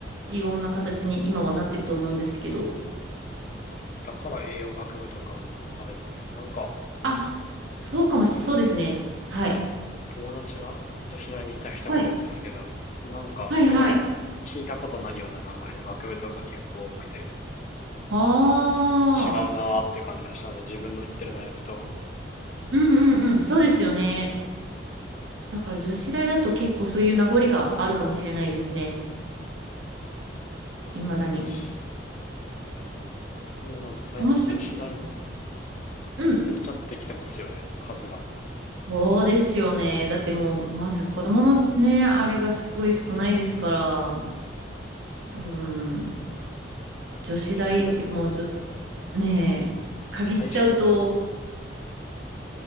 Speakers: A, on the right (about 85°); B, on the left (about 40°).
A: いろんな形に今はなってると思うんですけど。
B: だから栄養学部とかもあるんです。なんか、
A: あ、そうかもしれ、そうですね。はい。
B: 友達が女子大に行った人がいるんですけど、
A: はい、
B: なんかすごい聞いたことないような名前の学部とか結構多くて、
A: はい、はい。ああ、
B: 違うなーって感じがしたので、自分の行ってる大学とは、
A: うんうんうん、そうですよね。だから女子大だと結構そういう名残があるかもしれないですね。
B: なんか少し。
A: いまだに。
B: でもなんか最近女子大も
A: 面白いですよね。うん。
B: 減っちゃってきてますよね、数が。
A: そうですよね。だってもう、まず子供のね、あれがすごい少ないですから、多分、女子大ってもうじょ、
B: 女子大、
A: ねえ、限っちゃうと、
B: 対象も